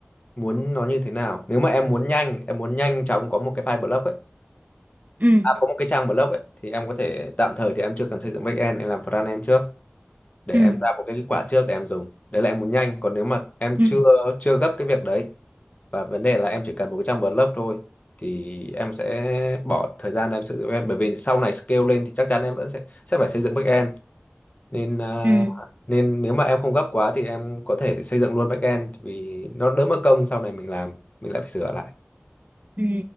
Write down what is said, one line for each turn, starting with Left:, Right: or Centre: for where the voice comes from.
Left: muốn nó như thế nào nếu mà em muốn nhanh em muốn nhanh chóng có một cái file blog ấy
Right: ừ
Left: à, có một cái trang blog ấy thì em có thể tạm thời thì em chưa cần xây dựng backend em làm frontend trước để
Right: ừ
Left: em ra một cái kết quả trước để em dùng đấy là em muốn nhanh còn nếu mà em
Right: ừ
Left: chưa chưa gấp cái việc đấy và vấn đề là em chỉ cần một cái trang word lớp thôi thì em sẽ bỏ thời gian em sử dụng em bởi vì sau này scale lên thì chắc chắn em vẫn sẽ sẽ phải xây dựng backend nên à,
Right: ừ
Left: nên nếu mà em không gấp quá thì em có thể xây dựng luôn backend vì nó đỡ mất công sau này mình làm mình lại phải sửa lại
Right: ừ